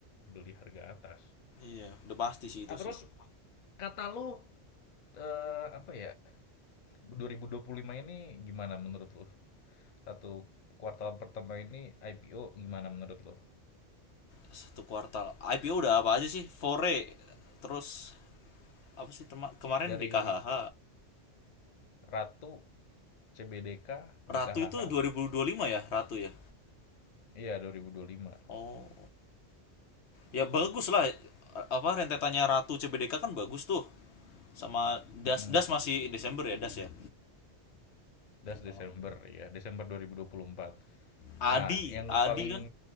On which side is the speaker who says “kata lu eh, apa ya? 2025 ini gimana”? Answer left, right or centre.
Left